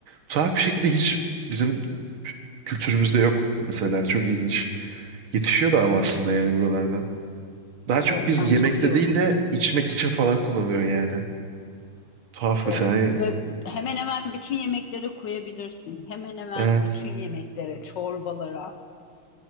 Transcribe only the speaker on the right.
tuhaf bir şekilde hiç bizim kültürümüzde yok mesela. Çok ilginç. Yetişiyor da ama aslında yani buralarda. Daha çok
biz
yemekte
değil de içmek için falan kullanılıyor yani. Tuhaf
mesela hani
evet.